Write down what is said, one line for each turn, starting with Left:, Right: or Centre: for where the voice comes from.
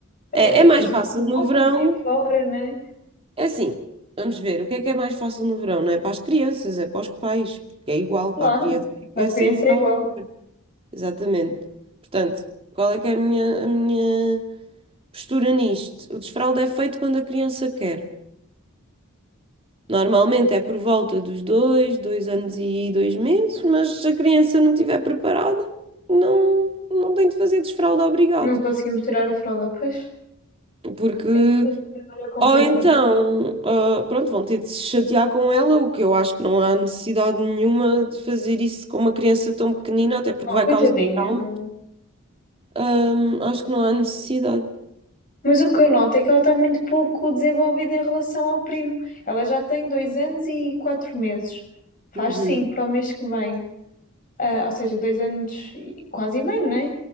Right: É,
Left: eh,
Right: é mais
Left: as
Right: fácil
Left: necessidades
Right: no verão.
Left: assim fora, né?
Right: É assim, vamos ver, o que é que é mais fácil no verão? Não é para as crianças, é para os pais, porque é igual
Left: Claro,
Right: para a criança,
Left: a
Right: é
Left: experiência
Right: ser verão.
Left: é igual.
Right: Exatamente. Portanto, qual é que é a minha, a minha postura nisto? O desfraldo é feito quando a criança quer. Normalmente é por volta dos dois, dois anos e dois meses, mas se a criança não estiver preparada, não, não tem de fazer desfralda obrigado.
Left: Não conseguimos tirar a fralda, pois.
Right: Porque,
Left: É isto que trabalho é complicado.
Right: ou então, ah, pronto, vão ter de se chatear com ela, o que eu acho que não há necessidade nenhuma de fazer isso com uma criança tão pequenina, até porque
Left: Não,
Right: vai
Left: coitadinha,
Right: causar trauma.
Left: não,
Right: Ahm, acho que não há necessidade.
Left: Mas o que eu noto é que ela está muito pouco desenvolvida em relação ao primo. Ela já tem dois anos e quatro meses. Faz
Right: Uhum,
Left: cinco para o mês que vem. Ah, ou seja, dois anos e quase e meio, não é?